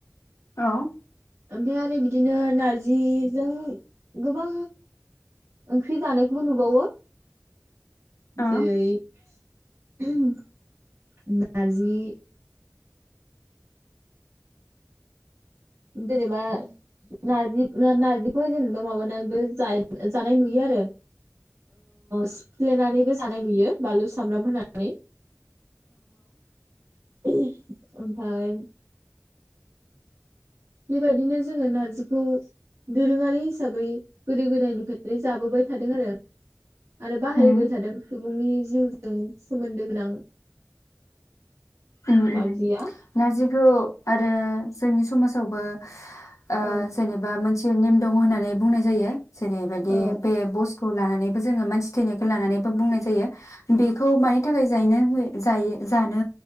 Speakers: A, on the left (about 75°); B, on the right (about 75°).
A: औ
B: ओमफ्राय आरो बिदिनो नारजिजों गोबां ओंख्रि जानाय खौ नुबावो
A: औ
B: जेरै <unintelligible> नारजि जेनेबा नारजि नार्जिखौहाय जेनेबा माबानानैबो जानाय नुयो आरो सिफ्लेनानैबो जानाय नुयो बानलु सामब्राम होनानै <unintelligible> ओमफ्राय बेबायदिनो जोङो नारजिखौ दोरोङारि हिसाबै गोदो गोदायनिफ्रायनो जाबोबाय थादों आरो । आरो बाहायबाय
A: उम
B: थादों सुबुंनि जिउ जों सोमोन्दो गोनां
A: उम
B: नारजिया
A: उम नारजिखौ आरो जोंनि समाजावबो ओ
B: औ
A: जेनेबा मोन मोनसे नेम दङ होननानै बुंनाय जायो । जेरैबायदि
B: औ
A: बे बस खौ लानानैबो जोङो मानसि थैनायखौ लानानैबो बुंनाय जायो । बेखौ मानि थाखाय जायनो हो जायो जानो